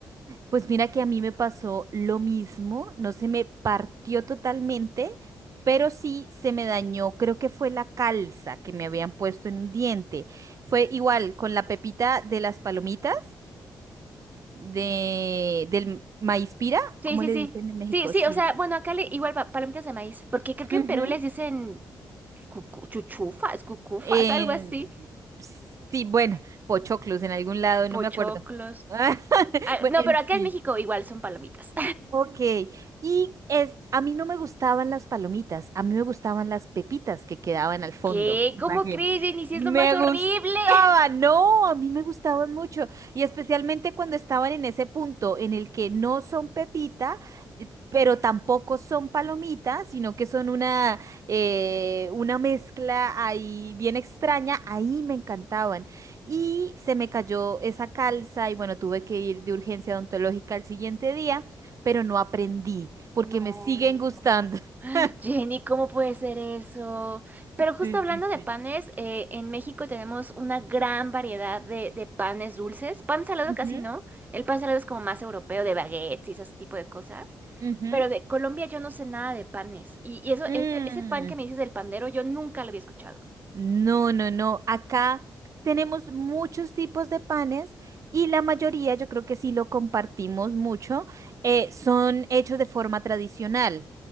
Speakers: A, on the right (about 45°); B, on the right (about 25°).
A: Pues mira que a mí me pasó lo mismo, no se me partió totalmente, pero sí se me dañó, creo que fue la calza que me habían puesto en un diente. Fue igual con la pepita de las palomitas, de, del maíz pira,
B: Sí,
A: ¿cómo
B: sí,
A: le
B: sí.
A: dicen en México?
B: Sí, sí,
A: Sí.
B: o sea, bueno, acá le, igual pa- palomitas de maíz, porque creo que
A: Ujú.
B: en Perú les dicen cucu- chuchufas, cucufas,
A: Eh,
B: algo así,
A: sí, bueno, pochoclos en algún lado,
B: pochoclos.
A: no me acuerdo. <laughs>
B: Ah,
A: Bueno,
B: no,
A: en
B: pero
A: fin.
B: acá en México igual son palomitas.
A: Ok, y es, a mí no me gustaban las palomitas, a mí me gustaban las pepitas que quedaban
B: <laughs>
A: al fondo.
B: ¿Qué?
A: Imagínate.
B: ¿Cómo crees, Jenny? Si
A: Me
B: es lo más horrible.
A: gustaban,
B: <laughs>
A: no, a mí me gustaban mucho. Y especialmente cuando estaban en ese punto en el que no son pepita, eh, pero tampoco son palomitas, sino que son una, eh, una mezcla ahí bien extraña, ahí me encantaban. Y se me cayó esa calza y bueno, tuve que ir de urgencia odontológica al siguiente día pero no aprendí porque
B: No.
A: me siguen gustando. <laughs>
B: Jenny, ¿cómo puede ser eso? Pero justo
A: Sí,
B: hablando
A: sí,
B: de
A: sí.
B: panes, eh, en México tenemos una gran variedad de, de panes dulces. Pan salado
A: Ujú,
B: casi no. El pan salado es como más europeo, de baguettes y ese tipo de cosas.
A: ujú.
B: Pero de Colombia yo no sé nada de panes. Y, y eso,
A: Mm,
B: ese, ese pan que me dices del pandero, yo nunca lo había escuchado.
A: No, no, no. Acá tenemos muchos tipos de panes y la mayoría, yo creo que sí lo compartimos mucho, eh, son hechos de forma tradicional.